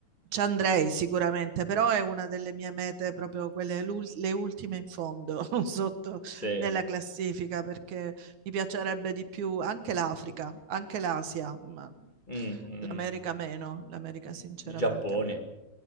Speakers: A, on the right; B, on the left.
A: ci andrei sicuramente, però è una delle mie mete, proprio quelle, l'ul- le ultime in fondo, <laughs> sotto
B: Sì.
A: nella classifica, perché mi piacerebbe di più anche l'Africa, anche l'Asia, ma
B: Mh, mh.
A: l'America meno, l'America sinceramente
B: Il Però Giappone.
A: meno.